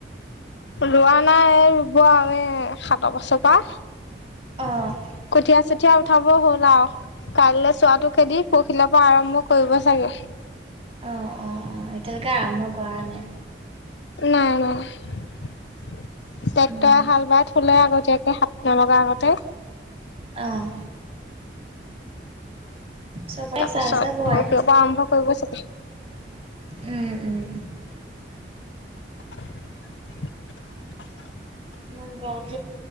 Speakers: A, on the left (about 80°); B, on the right (about 30°).
A: ৰোৱা নাই ৰুব আৰু এ সাত বছৰ পৰা।
B: অ',
A: কঠীয়া-চঠীয়া উঠাব হ'ল আৰু। কাইলৈ চোৱাটো খেদি পৰখিলাৰ পৰা আৰম্ভ কৰিব চাগে।
B: অ-অ-অ এতিয়ালৈকে আৰম্ভ কৰা নাই।
A: নাই-নাই টেক্টৰে
B: উম
A: হাল বাই থলে আকৌ স সাতট লগা আগতে।
B: অহ, চবৰে
A: তাৰ
B: চাহ
A: পিছত
B: চাহ বগাই
A: পৰখিৰ পৰা আৰম্ভ কৰিব চাগে।
B: উম-উম,
A: অঅ <inaudible>
B: ইমান গত